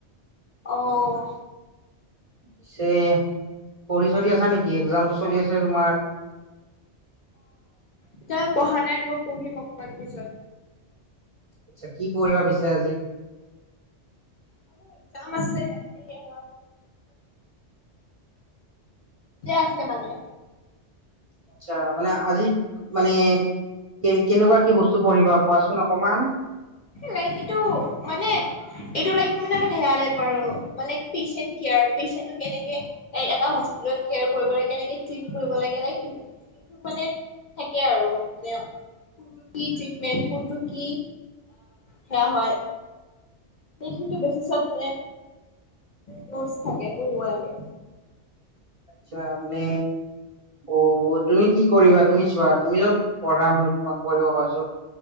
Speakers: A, on the left; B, on the right.
A: অঁ
B: পিছে পঢ়ি-চঢ়ি আছা নেকি, এক্জামতটো চলি আছে তোমাৰ
A: এতিয়া পঢ়া নাই অ পঢ়িম অনকমান পিছত।
B: আচ্ছা, কি পঢ়িব বিচাৰা আজি?
A: অ মোৰ এক্জাম আছে এই অ আছে মানে
B: আচ্ছা, মানে আজি মানে কে- কেনেকুৱা কি বস্তু বস্তু পঢ়িবা কোৱাচোন অকমান
A: লাইক এইটো মানে এইটো লাইক মানে অলপ সেয়া টাইপ আৰু মানে পেচণ্ট কেয়াৰ, পেচেণ্টো কেনেকে এ-এটা হস্পিতালত কেয়াৰ কৰিব লাগে কেনেকে ট্ৰিট কৰিব লাগে লাইক সেই-সেইটো মানে থাকে আৰু মানে কি ট্ৰিটমেন্ট কোনটো কি সেয়া হয়, সিতো বেচিচত মানে নোটচ থাকে পঢ়িব লাগে।
B: আচ্ছা, মানে অ তুমি কি কৰিবা তুমি চোৱা তুমি পঢ়া, মইতো তোমাক পঢ়িব কয় আছো